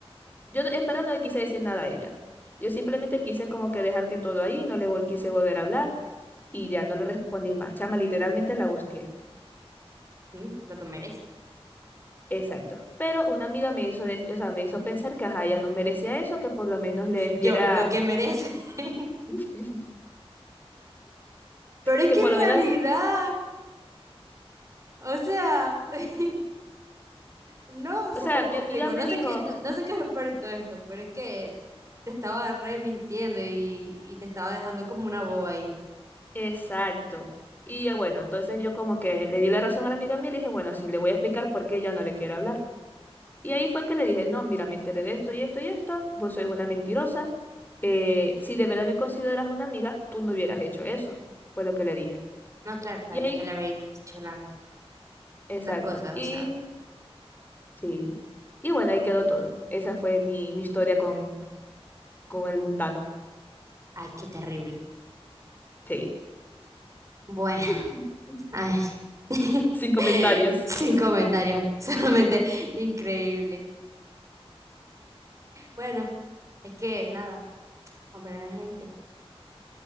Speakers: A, on the left (about 20°); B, on the right (about 30°).
A: Yo no- en verdad no le quise decir nada a ella. Yo simplemente quise como que dejar que todo ahí, no le vol- quise volver a hablar y ya no le respondí más. Chama, literalmente la ghosteé.
B: Mm, Lo que merece.
A: Exacto. Pero una amiga me hizo, dec- o sea, me hizo pensar que ajá, ella no merecía eso, que por lo menos le diera,
B: Yo, lo que merece. <laughs>
A: <laughs>
B: Pero es
A: que
B: que
A: por
B: en
A: lo menos
B: realidad, o sea, <laughs> no, o sea,
A: o sea,
B: ¿cómo
A: mi
B: te
A: amiga
B: explico?
A: me
B: No
A: dijo,
B: sé qué, no, no sé qué es lo peor de todo esto, pero es que te estaba re mintiendo y, y te estaba dejando como una boba ahí.
A: exacto. Y yo, bueno, entonces yo como que le di la razón a la amiga mía y le dije, bueno, sí, le voy a explicar por qué ya no le quiero hablar. Y ahí fue que le dije, no, mira, me enteré de esto y esto y esto, vos sois una mentirosa. eh, si de verdad me consideras una amiga, tú no hubieras hecho eso. Fue lo que le dije.
B: No, claro, está
A: Y
B: bien
A: ahí,
B: que le habéis dicho la-
A: exacto.
B: las cosas,
A: Y
B: o sea,
A: sí. Y bueno, ahí quedó todo. Esa fue mi, mi historia con, con el mundano.
B: ay, qué terrible.
A: Sí.
B: Bueno,
A: <laughs>
B: ay, <laughs>
A: Sin comentarios.
B: sin comentarios, solamente increíble. Bueno, es que nada, hombre, no es gente.